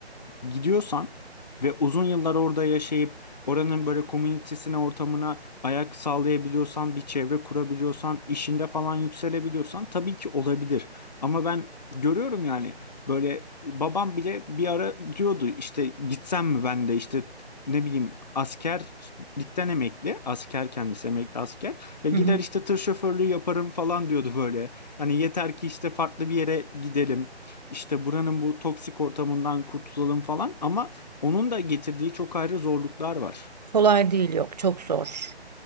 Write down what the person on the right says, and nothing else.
hı hı.
Kolay değil yok, çok zor.